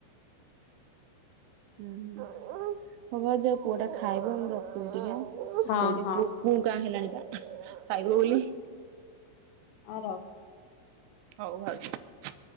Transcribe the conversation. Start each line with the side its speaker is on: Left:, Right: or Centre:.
Right: ହୁଁ ହବ ଆ ଯୋଉ ପୁଅ ଟା ଖାଇବ ମୁଁ ରଖୁଛି ଟିକେ।
Left: ହଁ
Right: ଖୋଇଦେ
Left: ହଁ
Right: କୁ କାଁ ହେଲାଣି ପା ଖାଇବ ବୋଲି।
Left: ଆ ରଖ୍।
Right: ହଉ ଭାଉଜ।